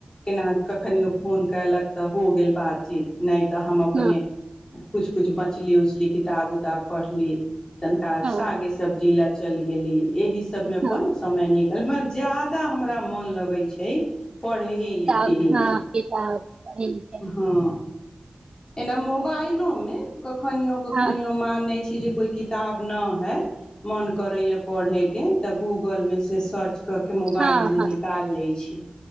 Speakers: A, on the left (about 35°); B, on the right (about 45°).
A: केना कखनियो फोन कयलक तऽ हो गेल बातचीत नहि तऽ हम अपने
B: हँ
A: किछु किछु बचली उछली किताब उताब पढ़ली तनिका
B: हँ
A: सागे सब्जी ले चल गेल एहि सबमे अपन
B: हँ
A: समय निक तर जाादा हमरा मोन लगैत छै पढ़े ही
B: किताब
A: लिखे ही
B: हँ
A: मे
B: किताब पढ़ै लिखै
A: हँ एना मोबा आइल अमे कखनियो कखनियो
B: हँ
A: मान छी जे कोइ किताब नहि है मन करैए पढ़यके तऽ गूगलमे से सर्च कऽ के मोबाइलमे
B: हँ हँ
A: निकाल लै छी